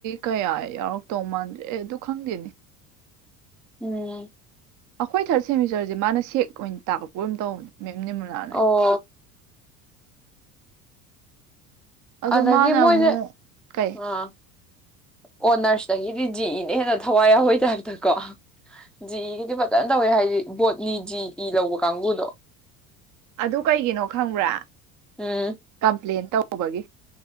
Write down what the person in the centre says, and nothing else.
ꯎꯝ
ꯑꯣ
ꯑꯗꯒꯤ
ꯃꯖ
ꯑ ꯑꯣ ꯅꯔꯁꯇꯒꯤꯗꯤ ꯖꯤ ꯏꯅ ꯍꯦꯟꯅ ꯊꯋꯥꯏ ꯍꯋꯥꯏ ꯇꯥꯏꯞꯇꯀꯣ ꯖꯤ ꯏꯒꯤꯗꯤ ꯐꯖꯅ ꯇꯧꯋꯦ ꯍꯥꯏꯗꯤ ꯕꯣꯠꯅꯤ ꯖꯤ ꯏ ꯂꯧꯕ ꯀꯥꯡꯕꯨꯗꯣ
ꯎꯝ